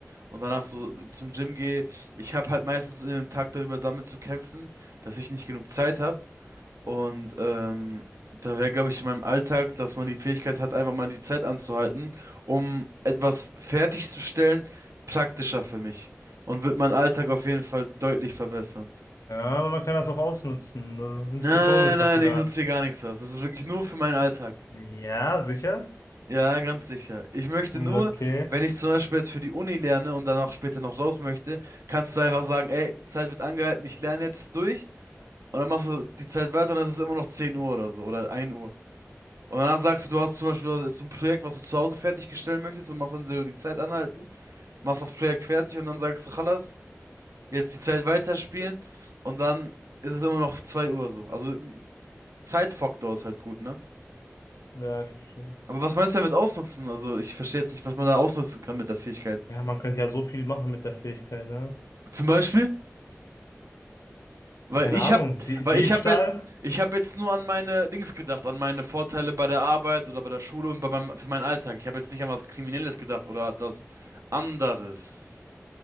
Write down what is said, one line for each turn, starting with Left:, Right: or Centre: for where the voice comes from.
Right: und danach so zum Gym gehe, ich habe halt meistens in dem Tag darüber damit zu kämpfen, dass ich nicht genug Zeit habe. Und ähm, da wäre, glaube ich, in meinem Alltag, dass man die Fähigkeit hat, einfach mal die Zeit anzuhalten, um etwas fertigzustellen, praktischer für mich. Und wird meinen Alltag auf jeden Fall deutlich verbessern.
Left: Ja, aber man kann das auch ausnutzen. Das ist ein
Right: Nein,
Left: bisschen komisch,
Right: nein,
Left: was du da.
Right: ich nutze hier gar nichts aus. Das ist wirklich nur für meinen Alltag.
Left: Ja, sicher?
Right: Ja, ganz sicher. Ich möchte
Left: Hm,
Right: nur,
Left: Okay.
Right: wenn ich zum Beispiel jetzt für die Uni lerne und dann auch später noch raus möchte, kannst du einfach sagen, ey, Zeit wird angehalten, ich lerne jetzt durch. Und dann machst du die Zeit weiter und es ist immer noch 10 Uhr oder so oder ein Uhr. Und danach sagst du, du hast zum Beispiel jetzt so ein Projekt, was du zu Hause fertigstellen möchtest und machst dann so die Zeit anhalten, machst das Projekt fertig und dann sagst du, Chalas, jetzt die Zeit weiterspielen und dann ist es immer noch 2 Uhr so. Also Zeitfaktor ist halt gut, ne?
Left: Ja, ich verstehe.
Right: Aber was meinst du damit ausnutzen? Also ich verstehe jetzt nicht, was man da ausnutzen kann mit der Fähigkeit.
Left: Ja, man könnte ja so viel machen mit der Fähigkeit, ne?
Right: Zum Beispiel, weil
Left: Keine
Right: ich
Left: Ahnung,
Right: hab,
Left: Die
Right: weil
Left: Diebstahl?
Right: ich hab jetzt, ich hab jetzt nur an meine Dings gedacht, an meine Vorteile bei der Arbeit oder bei der Schule und bei meinem, für meinen Alltag. Ich habe jetzt nicht an was Kriminelles gedacht oder etwas anderes.